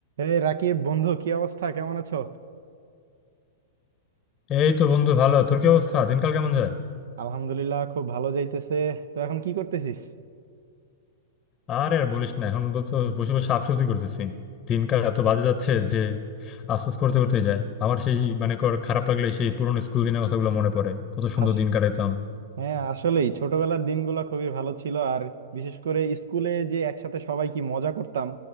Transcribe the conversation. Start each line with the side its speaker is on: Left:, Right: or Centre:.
Right: এই রাকিব বন্ধু কি অবস্থা কেমন আছো
Left: এই তো বন্ধু ভালো তোর কি অবস্থা দিনকাল কেমন যায়
Right: আলহামদুলিল্লাহ খুব ভালো যাইতেছে তো এখন কি করতেছিস
Left: আর আর বলিস না এখন তো বসে বসে আফসোসই করতেছি দিনকাল এত বাজে যাচ্ছে যে আফসোস করতে করতে যায় আমার সেই মানে কর খারাপ লাগলে সেই পুরোনো স্কুল দিনের কথাগুলো মনে পড়ে কত সুন্দর
Right: আস-
Left: দিন কাটাইতাম
Right: হ্যাঁ আসলেই ছোটবেলার দিনগুলো খুবই ভালো ছিল আর বিশেষ করে স্কুলে যে একসাথে সবাই কি মজা করতাম